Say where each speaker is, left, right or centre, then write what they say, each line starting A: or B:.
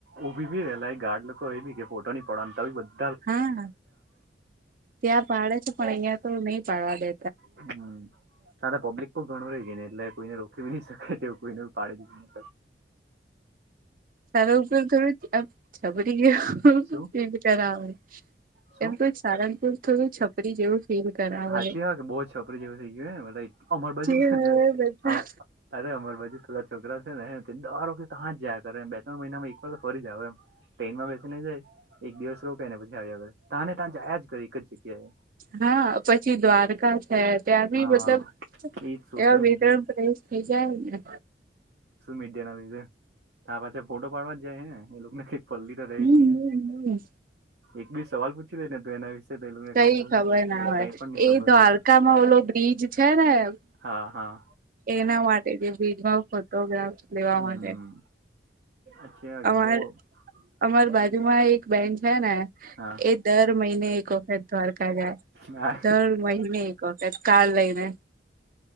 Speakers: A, on the right; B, on the right.
A: ઊભી ભી રેલા ગાર્ડ લોકો ઓય બી કે ફોટો ની <unintelligible> તો બી બ
B: હા ત્યાં પાડે છે, પણ અહિયાં તો નહી પાડવા દે
A: હમ્મ તાત પબ્લિક પણ ઘણું હોય કે ની એટલે કોઈને રોકવી ની શકે તેવું કોઈને પાડેબી <inaudible>
B: તારા ઉપર થોડું છપરી જેવુ
A: શું
B: ફીલ કરાવે
A: શું
B: એમ કોઈ સારંગપુરમાં થોડું છપરી જેવું ફીલ કરાવે
A: હાચુ હકે બો છપરી જેવું થઈ ગયુ બધા અમાર બાજુ
B: જે
A: છે,
B: હવે
A: ને
B: બધા
A: અ અરે અમાર બા જુ થોડા છોકરા છે, ને હે તે દર વખતે તા જ જાયા કરે બે ત્રણ મહિનામાં એક વાર તો ફરી જ આવે એમ ટ્રેન માં બેસીને જાય એક દિવસ રોકાઇને પછી આવ્યા કરે તાને તા જાયા જ કરે એક જ જગ્યાએ
B: હા પછી દ્વારકા હે ત્યાં બી
A: હા
B: મતલબ
A: એજ સોશિયલ
B: એવા બે
A: મીડિયા
B: તણ પ્રેવેશ થઈ જાય ને
A: મીડિયાના લીધે તા પાછા ફોટો પાડવા જાય હે એ લોકને પલ્લી ત
B: હમ
A: રેજ નહી
B: હમ
A: હે એક બી સવાલ પૂછી લે ને ત એના વિ <unintelligible>
B: કઈ ખબર ના હોય
A: કઈ પણ ની ખબર
B: એ દ્વારકામાં
A: રેય
B: ઓલો બ્રિજ છે, ને
A: હા હા
B: એના માટે જે બ્રિ ભાવ ફોટોગ્રાફ લેવા
A: હમ
B: માટે
A: અચ્છા કે
B: અમાર
A: બહુ
B: અમાર
A: હા
B: બાજુમાં એ બેન છે, ને
A: હા
B: એ દર મહિને એક વખત દ્વારકા જાય.
A: હા
B: દર મહિને એક વખત કાર લઈને